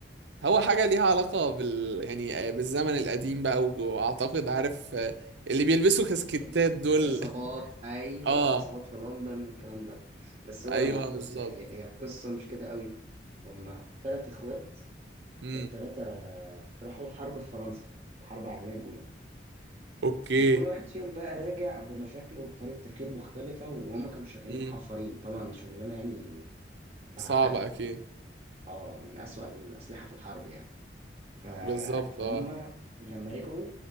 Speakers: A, on the right (about 75°); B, on the right (about 35°).
A: هو حاجة ليها علاقة بال يعني آه، بالزمن القديم بقى وج- وأعتقد عارف آه، اللي بيلبسوا كاسكتات
B: ال-
A: دول
B: العصابات
A: <laughs>
B: ايوه
A: اه
B: عصابات في لندن والكلام ده بس هو
A: ايوه
B: لا بص
A: بالظبط
B: يعني هي هي قصه مش كده قوي هما ثلاث اخوات
A: امم
B: التلاتة راحوا الحرب في فرنسا في الحرب العالمية الأولى
A: اوكي
B: وكل واحد فيهم بقى راجع بمشاكله وبطريقة تفكير مختلفة وهم كانوا شغالين
A: امم
B: حفارين طبعا شغلانة يعني معقدة
A: صعبة اكيد
B: اه من أسوأ الأسلحة في الحرب يعني ف...
A: بالظبط
B: فهم
A: اه
B: لما رجعوا